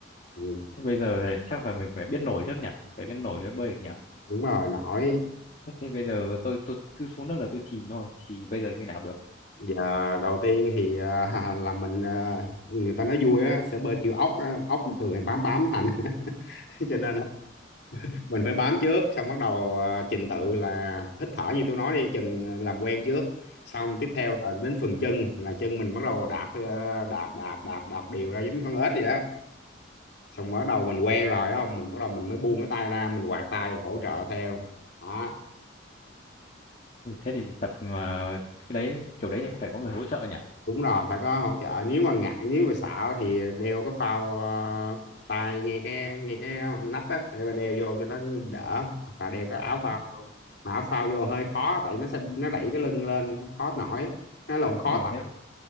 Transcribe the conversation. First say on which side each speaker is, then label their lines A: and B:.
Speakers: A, on the left (about 55°); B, on the left (about 40°).
A: ừ.
B: Thế bây giờ thì chắc là mình phải biết nổi trước nhỉ? Phải biết nổi mới bơi được nhỉ?
A: đúng rồi nổi
B: Thế thế bây giờ tôi tôi cứ xuống nước là tôi chìm thôi. Thì bây giờ như nào được?
A: giờ đầu tiên thì à, <laughs> là mình à, người ta nói vui á sẽ bơi kiểu ốc á. ốc thường thì bám bám thành <laughs> cho nên mình phải bám trước xong bắt đầu à, trình tự là hít thở như tôi nói đi chừng ờ, làm quen trước xong tiếp theo là đến phần chân là chân mình bắt đầu đạp ờ, đạp đạp đạp đạp đều ra giống như con ếch vậy đó xong bắt đầu mình quen rồi á, không mình bắt đầu mình mới buông cái tay ra mình quạt tay hỗ trợ theo đó
B: Ui, thế thì tập mà cái đấy kiểu đấy thì cũng phải có người hỗ trợ nhỉ?
A: đúng rồi phải có hỗ trợ nếu mà ngại nếu mà sợ thì đeo cái phao ờ, tay ngay cái ngay cái nách á để mà đeo vô cho nó đỡ hoặc là đeo cái áo
B: Đó.
A: phao vô mà áo phao vô hơi khó tại nó sẽ nó đẩy cái lưng lên khó nổi nó lộn khó
B: Mình
A: tập
B: sẽ